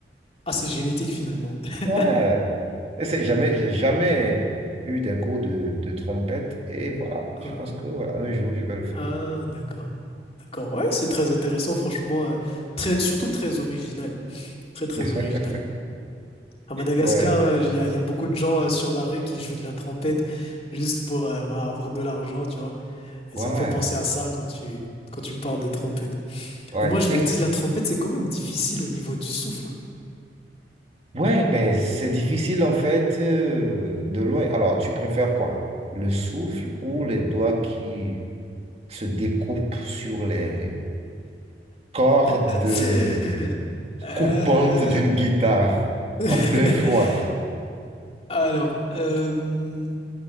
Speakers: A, on the left; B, on the right.
A: Ah, c'est génétique finalement. <laughs>
B: Ouais. Et c'est jamais, j'ai jamais eu des cours de, de trompette et voilà,
A: Ah,
B: je pense que voilà, un jour je vais le faire.
A: Ah, d'accord. D'accord. Ouais, c'est très intéressant, franchement. euh, très, surtout très original. Très, très
B: <laughs>
A: original. À Madagascar,
B: Ouais,
A: euh, il y a, y a beaucoup de gens euh, sur la rue qui jouent de la trompette juste pour euh, voilà, avoir de l'argent, tu vois. Et
B: ouais,
A: ça me fait penser à ça quand tu, quand tu me parles de trompette.
B: ouais.
A: Mais moi, je
B: Et,
A: me dis,
B: que-
A: la trompette, c'est quand même difficile au niveau du souffle. hein.
B: ouais, mais c'est difficile en fait euh, de loin. Alors, tu préfères quoi? Le souffle ou les doigts qui se découpent sur les cordes
A: <laughs> Euh,
B: coupantes d'une guitare
A: <laughs>
B: en plein froid?
A: Alors, euh,